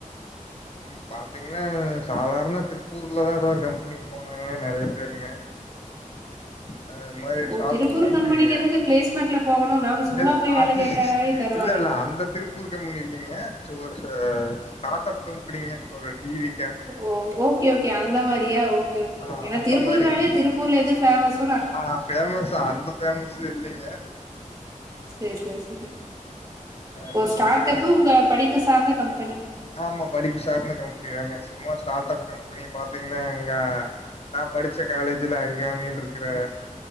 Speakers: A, on the left; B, on the right.
A: ம் பாத்தீங்கன்னா சாதாரண திருப்பூர்லதா ஏதோ ஒரு கம்பெனிக்கு போனாங்க நெறைய பேருங்க அ இது மாரி
B: ஓ
A: ஸ்டார்ட்
B: திருப்பூர்
A: அப் கம்பெனிங்க
B: கம்பெனிக்கு எதுக்கு பிளேஸ்மெண்ட்ல போகணு நாம சும்மா
A: இல்ல
B: போய் வேல
A: அது
B: கேட்டாலாவே தருவானே
A: இல்ல இல்ல அந்த திருப்பூர் கம்பெனி இல்லீங்க ஒரு ஸ்டார்ட் அப் கம்பெனிங்க ஒரு டி வி
B: ஓ ஓகே ஓகே அந்த மாரியா ஓகே ஓகே
A: ஆ
B: ஓகே நா
A: அந்த
B: திருப்பூர்ணாவே
A: மாரிங்க
B: திருப்பூர்ல எது ஃபேமஸ்
A: ஆ ஃபேமஸ் அந்த ஃபேமஸ் இல்லீங்க
B: சேர் சேர் செரி
A: அது
B: ஓ ஸ்டார்ட்
A: பாத்தீங்கன்னா
B: அப்பு உங்க படிப்பு சார்ந்த கம்பெனி
A: ஆமா படிப்பு சார்ந்த கம்பெனி தாங்க சும்மா ஸ்டார்ட் அப் கம்பெனி பாத்தீங்கன்னா எங்க நா படிச்ச காலேஜ் ல இர்க்காணியல் இருக்குற